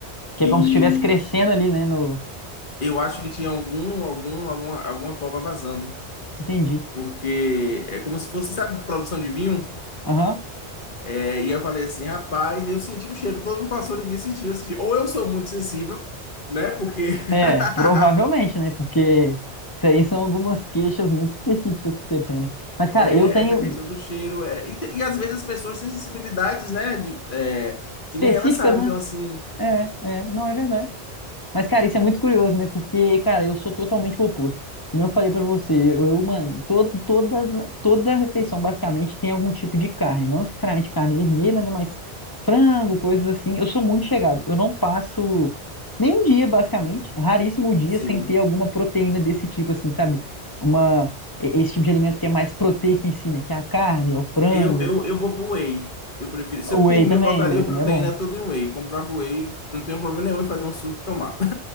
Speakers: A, on the left (about 20°); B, on the left (about 50°).
A: Que
B: E
A: é como se estivesse crescendo ali, né, no
B: eu acho que tinha algum, algum, alguma, alguma cova vazando.
A: Entendi.
B: Porque é como se fosse, sabe, produção de vinho?
A: Aham.
B: É, e eu falei assim, rapaz, eu senti o cheiro, todo mundo passou, ninguém sentiu, eu senti. Ou eu sou muito sensível, né? Porque <laughs>
A: É, provavelmente, né? Porque isso aí são algumas queixas muito específicas que você tem, né? Mas, cara,
B: é,
A: eu tenho.
B: essa questão do cheiro. é, e, te- e às vezes as pessoas têm sensibilidades, né? De, é,
A: Específicas,
B: que nem elas sabem.
A: né?
B: Então, assim,
A: É, é, não é verdade. Mas, cara, isso é muito curioso, né? Porque, cara, eu sou totalmente o oposto. Que nem eu falei pra você, eu, eu, mano, todo, toda, toda refeição basicamente tem algum tipo de carne. Não necessariamente carne vermelha, né? Mas frango, coisas assim. Eu sou muito chegado. Eu não passo nenhum dia, basicamente, raríssimo dia,
B: sim,
A: sem ter alguma proteína desse tipo, assim, sabe? Uma, e- esse tipo de alimento que é mais proteico em si, né? Que é a carne, é o frango.
B: eu, eu, eu vou pro whey. Eu prefiro. Se
A: O
B: por
A: whey
B: mim,
A: também,
B: eu botaria
A: o whey
B: a
A: também
B: proteína
A: é bom.
B: toda em whey. Comprava o whey, não tenho problema nenhum em fazer um suco e tomar.